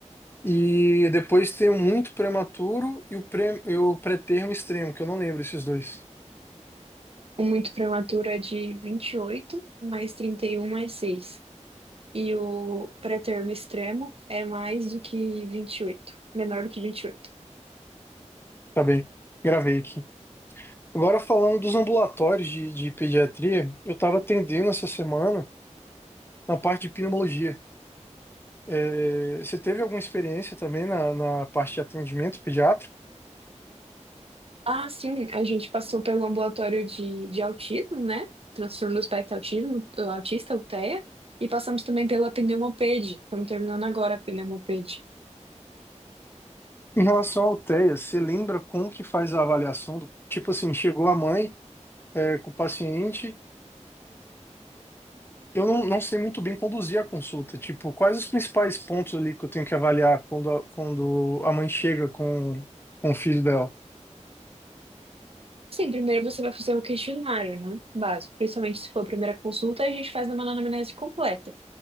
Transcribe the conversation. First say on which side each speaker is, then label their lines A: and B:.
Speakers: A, on the left (about 20°); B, on the right (about 50°).
A: E depois tem o muito prematuro e o, pre, e o pré-termo extremo, que eu não lembro esses dois.
B: O muito prematuro é de 28 mais 31 mais seis E o pré-termo extremo é mais do que vinte e oito menor do que vinte e oito
A: Tá bem, gravei aqui. Agora falando dos ambulatórios de, de pediatria, eu estava atendendo essa semana na parte de pneumologia. É, você teve alguma experiência também na, na parte de atendimento pediátrico?
B: Ah, sim, a gente passou pelo ambulatório de, de autismo, né? Transtorno do espectro autismo, do autista, o TEA, e passamos também pela pneumopede. Estamos terminando agora a pneumopede.
A: Em relação ao TEA, você lembra como que faz a avaliação do, tipo assim, chegou a mãe, é, com o paciente Eu não, não sei muito bem conduzir a consulta. Tipo, quais os principais pontos ali que eu tenho que avaliar quando a, quando a mãe chega com, com o filho dela?
B: Sim, primeiro você vai fazer o questionário, né? Básico. Principalmente se for a primeira consulta, a gente faz uma anamnese completa.